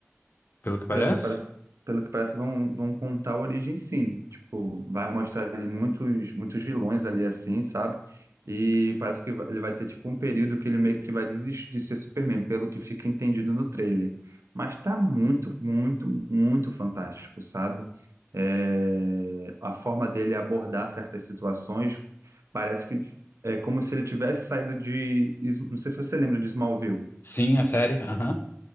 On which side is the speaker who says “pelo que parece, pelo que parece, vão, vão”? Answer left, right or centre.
Right